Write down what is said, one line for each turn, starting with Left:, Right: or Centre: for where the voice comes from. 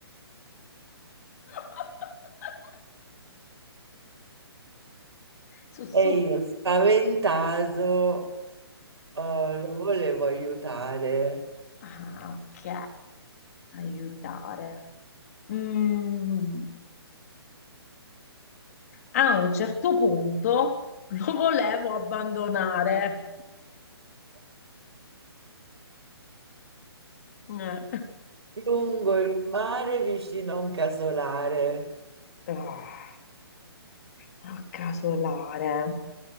Left: <laughs> Su, su.
Right: E io, spaventato, eh, lo volevo aiutare.
Left: Ah, ok. Aiutare. Mm. A un certo punto lo volevo abbandonare. Eh.
Right: Lungo il mare, vicino a un casolare.
Left: Ah. Ah, casolare,